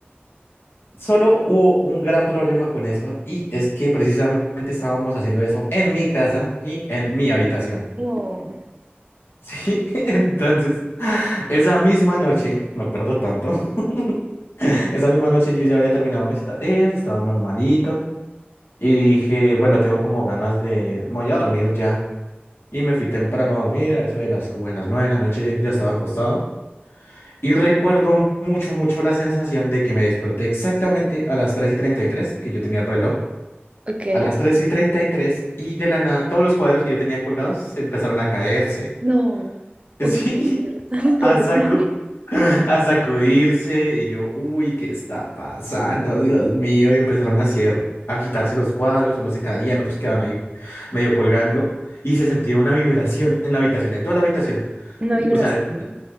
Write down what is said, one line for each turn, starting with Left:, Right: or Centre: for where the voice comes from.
Left: Solo hubo un gran problema con eso y es que precisamente estábamos haciendo eso en mi casa y en mi habitación.
Right: no,
Left: Sí, <laughs> entonces, esa misma noche, me acuerdo tanto, <laughs> esa misma noche yo ya había terminado mis tareas, estaba normalito, y dije, bueno, tengo como ganas de, me voy a dormir ya. Y me fui temprano a dormir, a eso de las, como de las nueve de la noche ya estaba acostado. Y recuerdo mucho, mucho la sensación de que me desperté exactamente a las tres y treinta y tres que yo tenía el reloj,
Right: ok,
Left: a las 3 y 33, y tres, y de la nada todos los cuadros que yo tenía colgados se empezaron a caerse.
Right: no.
Left: <laughs>
Right: Uy,
Left: Sí.
Right: qué mierda. <laughs>
Left: a,
Right: Perdón.
Left: sacu- <laughs> a sacudirse y yo, uy, ¿qué está pasando? Dios mío, y empezaron así a ju- a agitarse los cuadros, unos se caían, otros quedaban ahí medio colgando y se sentía una vibración en la habitación, en toda la habitación.
Right: Una vibración.
Left: O sea,